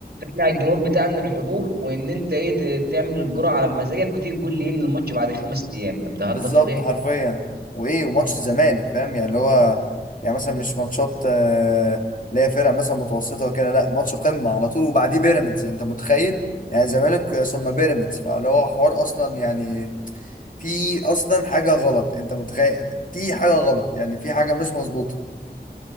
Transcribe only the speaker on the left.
بالظبط
حرفيا وايه وماتش الزمالك فاهم يعني اللي هو يعني مثلا مش ماتشات آه، اللي هي فرق مثلا متوسطه وكده لا ماتش قمه على طول وبعديه بيراميدز انت متخيل يعني زمالك ثم بيراميدز فاللي هو حوار اصلا يعني في اصلا حاجه غلط انت متخيل في حاجه غلط يعني في حاجه مش مظبوطه